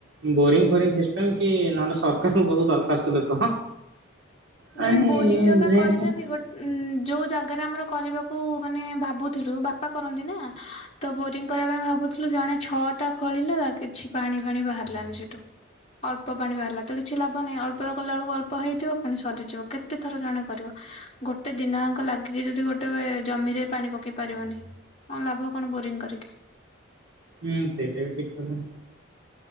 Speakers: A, on the right (about 75°); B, on the left (about 30°).
A: ବୋରିଙ୍ଗ ଫୋରିଙ୍ଗ ସିଷ୍ଟମ କି ନହେଲେ ସରକାରଙ୍କୁ ବହୁତ ଦରଖାସ୍ତ ଲେଖ। ପାଣି
B: ନାଇଁ ବୋରିଂ ଏକା
A: ଯେମତି
B: କରିଛନ୍ତି ଗୋଟେ ଉଁ ଯୋଉ ଜାଗାରେ ଆମର କରିବାକୁ ମାନେ ଭାବୁଥିଲୁ ବାପା କରନ୍ତି ନା। ତ ବୋରିଂ କରିବା ପାଇଁ ଭାବୁଥିଲୁ ଜଣେ ଛଅଟା ଖୋଳିଲା କିଛି ପାଣି ଫାଣି ବାହାରିଲାନି ସେଠୁ। ଅଳ୍ପ ପାଣି ବାହାରିଲା ତ କିଛି ଲାଭ ନାହିଁ ଅଳ୍ପ କଲା ବେଳକୁ ଅଳ୍ପ ହେଇଥିବ। ପୁଣି ସରିଯିବ କେତେ ଥର ଜଣେ କରିବ ଗୋଟେ ଦିନାଙ୍କ ଲାଗିକି ଯଦି ଗୋଟେ ଜମିରେ ପାଣି ପକେଇ ପାରିବନି କଣ ଲାଭ କଣ ବୋରିଂ କରିକି।
A: ହୁଁ ସେଇଟା ବି ଠିକ୍ କଥା।